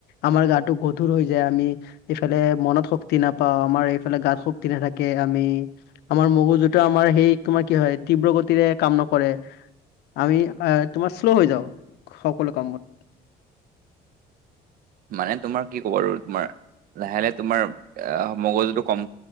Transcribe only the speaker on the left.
আমাৰ গাটো গধুৰ হৈ যায়, আমি এইফালে মনত শক্তি নাপাওঁ, আমাৰ এইফালে গাত শক্তি নাথাকে আমি আমাৰ মগজুতো আমাৰ সেই তোমাৰ কি হয় তীব্ৰ গতিৰে কাম নকৰে। আমি আ তোমাৰ শ্ল' হৈ যাও সকলো কামত।